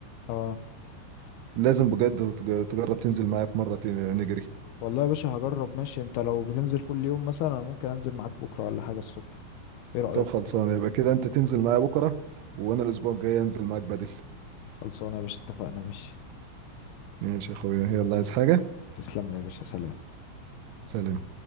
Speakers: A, on the left; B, on the right.
A: اه
B: لازم
A: وال-
B: بجد تج- تجرب تنزل معايا في مره ت- نجري
A: والله يا باشا هجرب ماشي انت لو بتنزل كل يوم مثلا أنا ممكن انزل معاك بكرة ولا حاجة الصبح ايه رأيك
B: طب خلصانه يبقى كده انت تنزل معايا بكره وانا الاسبوع الجاي انزل معاك بدل
A: خلصانة يا باشا اتفقنا ماشي
B: ماشي يا اخويا يلا عايز حاجه
A: تسلم لي يا باشا سلام
B: سلام